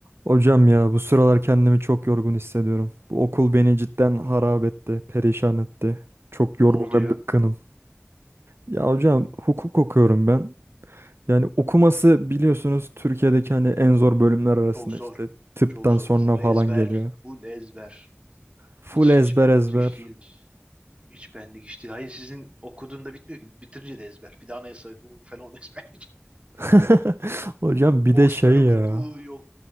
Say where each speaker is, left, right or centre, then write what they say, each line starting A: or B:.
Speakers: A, on the right; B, on the right.
A: Hocam ya bu sıralar kendimi çok yorgun hissediyorum. Bu okul beni cidden harap etti, perişan etti. Çok
B: Ne
A: yorgun
B: oldu
A: ve
B: ya?
A: bıkkınım. Ya hocam hukuk okuyorum ben. Yani okuması biliyorsunuz Türkiye'deki hani en zor bölümler arasında
B: Çok zor.
A: işte tıptan
B: Çok zor.
A: sonra
B: Full
A: falan
B: ezber.
A: geliyor.
B: Full ezber.
A: Full
B: Hiç
A: ezber
B: hiç bendik
A: ezber.
B: bir iş değil. Hiç bendik iş değil. Hayır sizin okuduğunda bitmiyor ki. Bitirince de ezber. Bir de anayasa hukuku falan <laughs> ezber.
A: <laughs> Hocam bir de
B: Borçlar
A: şey
B: hukuku
A: ya.
B: yok.